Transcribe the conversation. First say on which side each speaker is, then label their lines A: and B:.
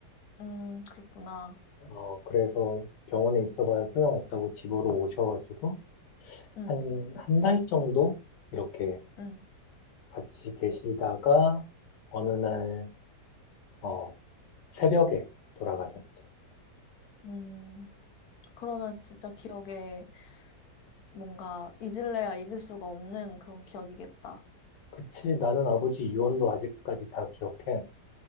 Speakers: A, on the left; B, on the left.
A: 음, 그랬구나.
B: 어, 그래서 병원에 있어봐야 소용없다고 집으로 오셔가지고
A: 응,
B: 한, 한 달 정도 이렇게
A: 응,
B: 같이 계시다가 어느 날, 어, 새벽에 돌아가셨지.
A: 음. 그러면 진짜 기억에 뭔가 잊을래야 잊을 수가 없는 그런 기억이겠다.
B: 그치, 나는 아버지 유언도 아직까지 다 기억해.